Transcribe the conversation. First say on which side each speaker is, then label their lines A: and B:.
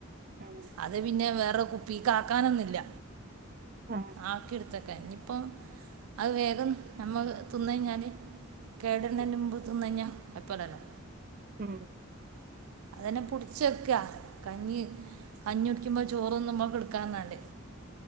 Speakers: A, on the right; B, on the right.
A: ഉം,
B: അത് പിന്നെ വേറെ കുപ്പിക്ക് ആക്കാനൊന്നുല്ല
A: ആ
B: ആഹ് കി എടുത്തക്കാൻ ഇനിയിപ്പ അഹ് വേഗം നമ്മള് തിന്ന് കഴിഞ്ഞാല് കേടരുന്നതിന്
A: ഉം
B: മുമ്പ് തിന്നഴിഞ്ഞാൽ കൊഴപ്പല്ലല്ലോ
A: ഉം
B: !! അതന്നെ പുടിച്ചെക്കാ കഞ്ഞി കഞ്ഞി കുടിക്കുമ്പോ ചോറ്ന്നുമ്പോ ഒക്കെ എടുക്കാർഞാണ്ട്‌